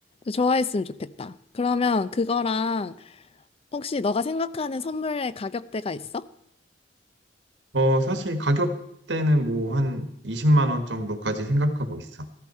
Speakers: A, on the left; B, on the right.
A: 좋아했으면 좋겠다. 그러면 그거랑 혹시 너가 생각하는 선물의 가격대가 있어?
B: 어 사실 가격대는 뭐 한 20만 원 정도까지 생각하고 있어